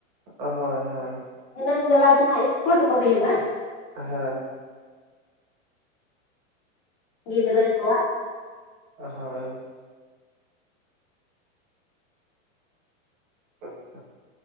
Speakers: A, on the right (about 35°); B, on the left (about 20°).
A: ᱦᱳᱭ ᱦᱳᱭ ᱾
B: ᱫᱷᱤᱱᱟᱹᱱ ᱵᱮᱞᱟ ᱫᱚ ᱦᱟᱸᱜ ᱮᱥᱯᱚᱨᱴ ᱠᱚ ᱦᱩᱭᱩᱜᱼᱟ᱾
A: ᱦᱮᱸ
B: ᱜᱤᱫᱽᱨᱟᱹ ᱠᱚ
A: ᱦᱳᱭ ᱟᱪᱪᱷᱟ